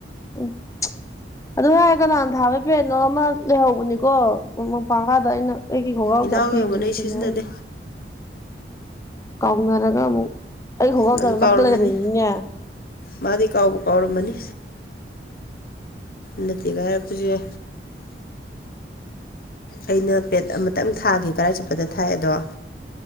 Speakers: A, on the left; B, on the left.
A: ꯎꯝ ꯑꯗꯨ ꯌꯥꯔꯦ ꯀꯅꯥꯅ ꯊꯥꯕꯩ ꯄꯦꯠꯅꯣ ꯑꯃ ꯂꯩꯍꯧꯕꯅꯤꯀꯣ ꯃꯄꯥꯡꯒꯥꯗ ꯑꯩꯅ ꯑꯩꯒꯤ ꯣꯡꯒꯥꯥꯎ
B: ꯏꯅꯥꯎꯒꯤ
A: ꯆꯥꯊꯤ
B: ꯑꯣꯏꯔꯝꯒꯅꯤ ꯑꯩ
A: ꯀꯅ
B: ꯁꯤꯖꯤꯟꯅꯗꯦ
A: ꯀꯥꯎꯅꯔꯒ ꯑꯃꯨꯛ ꯑꯩ ꯈꯣꯡꯒꯥꯎꯗꯔ
B: ꯑꯗꯨ
A: ꯅꯞꯄ
B: ꯀꯥꯎꯔꯝꯃꯅꯤ
A: ꯂꯩꯔꯝꯃꯤꯅꯤꯅꯦ
B: ꯃꯥꯗꯤ ꯀꯥꯎꯕꯨ ꯀꯧꯔ ꯃꯅꯤ ꯅꯠꯇꯒꯔ ꯄꯨꯁꯨꯦ ꯑꯩꯅ ꯄꯦꯠ ꯑꯃꯇꯪ ꯊꯥꯒꯦ ꯀꯔꯥꯏ ꯆꯨꯞꯄꯗ ꯊꯥꯏ ꯑꯗꯣ